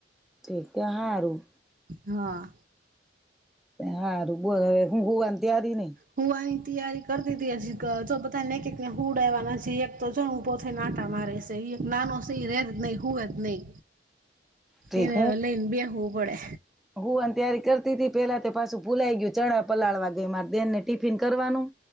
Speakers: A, in the centre; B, on the right (about 50°).
A: ઠીક તે હારું
B: હા.
A: હારું બો હવે હું હોવાને ત્યારી નઈ
B: હું વાહી તૈયારી કરતી હતી હજી જો બધાને એકને હુડ આવવા નથી એક તો છે ને ઉભો થઇ નાટા મારે છે એ નાનો સિં રહે જ નહી હોવે જ નહી
A: ઠીક
B: એને એલા ન બી હૂબોડે
A: હું અને તારી કરતી ત પેલા તે પાછું ભુલાઈ ગયું ચણા પલાળવા ગઈ મારે બન ને ટિફિન કરવાનું